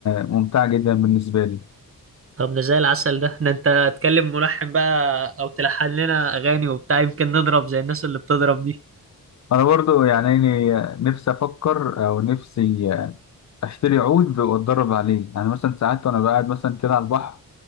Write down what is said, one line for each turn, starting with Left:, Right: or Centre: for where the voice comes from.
Left: ممتعة جدا بالنسبة لي
Right: طب ده زي العسل ده ده انت تكلم ملحن بقى او تلحن لنا اغاني وبتاع يمكن نضرب زي الناس اللي بتضرب دي
Left: أنا برضو يعني إيه، نفسي أفكر أو نفسي أشتري عود وأتدرب عليه يعني مثلا ساعات وأنا قاعد مثلا كده على البحر